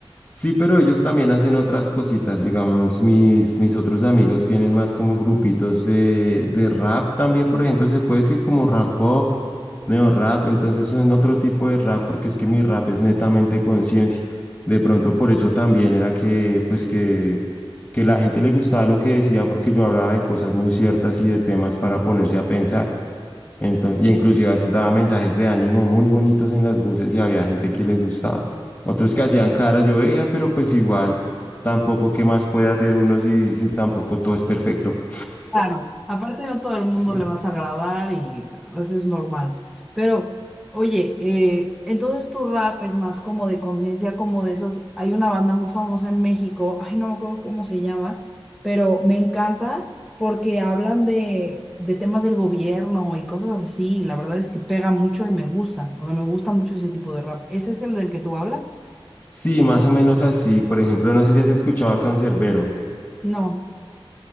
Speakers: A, on the left (about 15°); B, in the centre.
A: Sí, pero ellos también hacen otras cositas, digamos, mis, mis otros amigos tienen más como grupitos de, de rap también, por ejemplo, se puede decir como rap pop, neo rap, entonces son otro tipo de rap porque es que mi rap es netamente conciencia. De pronto por eso también era que, pues que, que la gente le gustaba lo que decía porque yo hablaba de cosas muy ciertas y de temas para ponerse a pensar. Entonces, y inclusive a veces daba mensajes de ánimo muy bonitos en las buses y había gente que les gustaba. Otros que hacían caras, yo veía, pero pues igual tampoco qué más puede hacer uno si, si tampoco todo es perfecto.
B: Claro, aparte no todo el
A: Sí.
B: mundo le vas a agradar y eso es normal. Pero, oye, eh, entonces tu rap es más como de conciencia, como de esos. Hay una banda muy famosa en México, ay, no me acuerdo cómo se llama, pero me encanta porque hablan de, de temas del gobierno y cosas así. y La verdad es que pega mucho y me gusta. O sea, me gusta mucho ese tipo de rap. ¿Ese es el del que tú hablas?
A: Sí, más o menos así. Por ejemplo, no sé si has escuchado a Cancerbero
B: No.